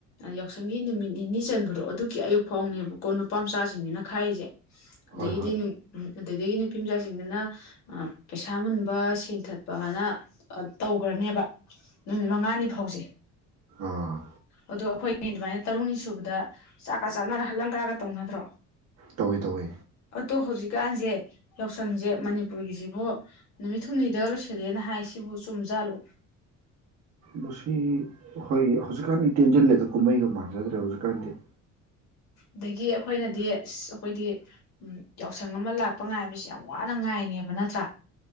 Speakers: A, on the left; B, on the right.
A: ꯌꯥꯎꯁꯪꯒꯤ ꯅꯨꯃꯤꯠ ꯅꯤꯅꯤ ꯆꯟꯕꯗꯣ ꯑꯗꯨꯒꯤ ꯑꯌꯨꯛ ꯐꯥꯎꯅꯦꯕꯀꯣ ꯅꯨꯄꯥ ꯃꯆꯥꯁꯤꯡꯅꯤꯅ ꯈꯥꯏꯔꯤꯁꯦ ꯑꯗꯤꯅ
B: ꯍꯣꯏ ꯍꯣꯏ
A: ꯎꯝ ꯑꯗꯨꯗꯒꯤ ꯅꯨꯄꯤ ꯃꯆꯥꯁꯤꯡꯗꯅ ꯄꯩꯁꯥ ꯃꯨꯟꯕ ꯁꯦꯟꯊꯠ ꯖꯅ ꯇꯧꯈ꯭ꯔꯅꯦꯕ ꯅꯨꯃꯤꯠ ꯃꯉꯥꯅꯤ ꯐꯥꯎꯁꯦ
B: ꯑꯥ
A: ꯑꯗꯨ ꯑꯩꯈꯣꯏꯒꯤ ꯑꯗꯨꯃꯥꯏꯅ ꯇꯔꯨꯛꯅꯤ ꯁꯨꯕꯗ ꯆꯥꯛꯀ ꯆꯥꯅꯔ ꯍꯜꯂꯪꯀꯒ ꯇꯧꯅꯗ꯭ꯔꯣ
B: ꯇꯧꯋꯤ ꯇꯧꯋꯤ
A: ꯑꯗꯣ ꯍꯧꯖꯤꯛꯀꯥꯟꯁꯦ ꯌꯥꯎꯁꯪꯁꯦ ꯃꯅꯤꯄꯨꯔꯒꯤꯁꯤꯕꯨ ꯅꯨꯃꯤꯠ ꯍꯨꯝꯅꯤꯗ ꯂꯣꯏ ꯈꯤꯂꯦꯅ ꯍꯥꯏꯁꯤꯕꯨ ꯆꯨꯝꯖꯥꯜꯂꯨ
B: ꯃꯁꯤ ꯍꯣꯏ ꯍꯧꯖꯤꯛꯀꯥꯟꯗꯤ ꯇꯦꯟꯁꯤꯜꯂꯦꯗ ꯀꯨꯝꯍꯩꯒ ꯃꯥꯟꯖꯗ꯭ꯔꯦ ꯍꯧꯖꯤꯛꯀꯥꯟꯗꯤ
A: ꯑꯗꯒꯤ ꯑꯩꯈꯣꯏꯅꯗꯤ ꯑ ꯑꯩꯈꯣꯏꯗꯤ ꯎ ꯌꯥꯎꯁꯪ ꯑꯃ ꯂꯥꯛꯄ ꯉꯥꯏꯕꯁꯤ ꯌꯥꯝ ꯋꯥꯅ ꯉꯥꯏꯅꯦꯕ ꯅꯠꯇ꯭ꯔꯥ